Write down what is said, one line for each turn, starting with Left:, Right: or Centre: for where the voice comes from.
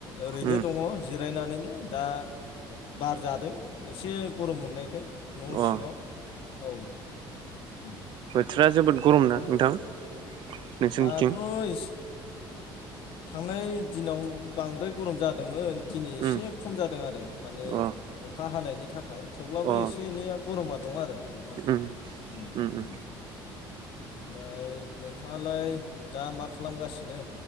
Left: ओरैनो
Right: उम
Left: दङ जिरायनानैनो दा बार जादों एसे गरम मोननायखाय न'
Right: अ
Left: सिङाव औ उम
Right: थोरा जोबोद गरम
Left: ओमफ्राय
Right: ना नोंथां? नोंसोरनिथिं
Left: दाथ' इस थांनाय दिनाव बांद्राय गरम जादोंमोन। दिनै एसे
Right: उम
Left: खम जादों आरो माने
Right: अ
Left: अखा हानायनि थाखाय थेवब्लाबो
Right: अ
Left: एसे एनैया गरमा दं आरो नोंथां
Right: उम
Left: उम
Right: उ
Left: उम
Right: उ।
Left: ओमफाय नोंथाङालाय दा मा खालामगासिनो?